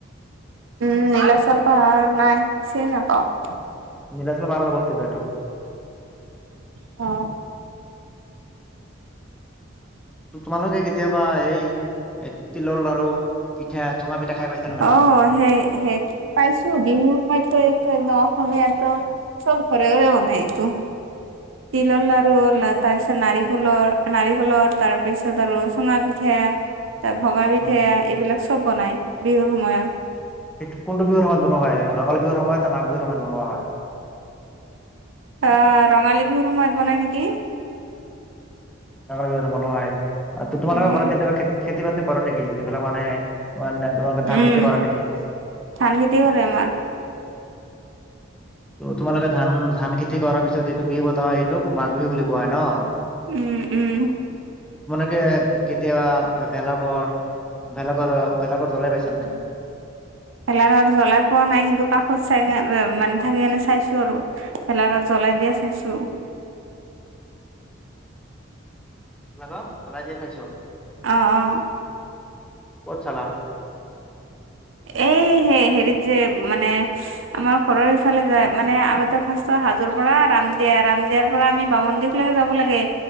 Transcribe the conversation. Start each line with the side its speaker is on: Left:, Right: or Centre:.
Right: উম নীলাচল পাহাৰ, নাই চিনি নাপাওঁ।
Centre: নীলাচল পাহাৰত অৱস্থিত এইটো।
Right: অ।
Centre: তোমালোকে কেতিয়াবা এইে তিলৰ লাৰু, পিঠা, চুঙা <unintelligible> নাই?
Right: অ'সেই, সেইত। পাইছো বিহুসময়তো এইটো একদম অসমীয়া তো চব ঘৰে, ঘৰে বনাই এইটো। তিলৰ লাৰু লা তাছ ত' নাৰিকলৰ, নাৰিকলৰ তাৰ পিছত আৰু চুঙা পিঠা তে ভঙা পিঠা
Centre: উম
Right: এইবিলাক চব বনায় বিহুৰ সময়ত।
Centre: এইটো কোনটো বিহুৰ সময়ত বনোৱা হয় ৰঙালী বিহুৰ সময়ত <unintelligible> মাঘ বিহুৰ সময়ত বনোৱা হয়?
Right: অ'ৰঙালী বিহুৰ সময়ত বনায় নেকি।
Centre: <unintelligible> বনোৱা হয় অ' তো-তোমালোকৰ
Right: উম,
Centre: ঘৰত কেতিয়াবা খেত-খেতি বাতি কৰে নেকি যিবিলাক মানুহে মানে তোমালোকে ধান
Right: উম,
Centre: খেতি কৰা নেকি?
Right: ধান খতি কৰে আমাৰ।
Centre: ত' তোমালোকে ধান-ধান খেতি কৰা পিছত যিটো বিহু পতা হয়, সেইটোক মাঘ বিহু বুলি কোৱা হয় ন?
Right: উম, উম।
Centre: তোমালোকে কেতিয়াবা ভে-ভেলাঘৰ ভেলাঘৰ, ভেলাঘৰ জ্বলাই পাইছা নে নাই?
Right: ভেলাঘৰ জ্বলাই পোৱা নাই কিন্তু কাষত চাইকে মানে থাকি কেনে চাইছো আৰু। ভেলাঘৰ জ্বলাই দিয়া চাইছো।
Centre: ভেলাঘৰ জ্বলাই দিয়া চাইছ?
Right: অ'অ'।
Centre: ক'ত চালা?
Right: এই সেই হেৰিত যে, মানে আমাৰ ঘৰৰ সিফালে যে মানে আগতে ফাৰ্ষ্ট চ' হাজোৰ পৰা ৰাম দিয়া, ৰাম দিয়াৰ পৰা আমি বামন্দিকলৈকে যাব লাগে